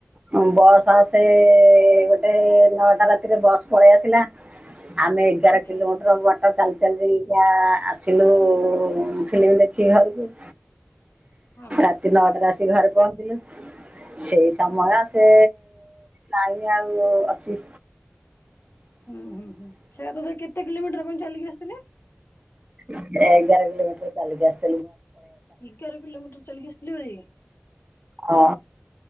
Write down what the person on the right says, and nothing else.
ହ ବସ୍ ଆସେ ଗୋଟେ ନଅଟା ରାତିରେ ବସ୍ ପଳେଇବା ଆମେ ଏଗାର
କିଲୋମିଟର
ଚାଲି ଚାଲି ଆସିଲୁ ଫିଲ୍ମ ଦେଖି ଘରକୁ <inaudible>
ରାତି ନଅଟାରେ ଆସିିକି ଘରେ ପହଞ୍ଚିଲେ ସେଇ ସନମା
ସେ ନାଇଁ ଆଉ ଅଛି।
ଏଗାର କିଲୋମିଟର ଚାଲିକି ଆସିଲି।
ହଁ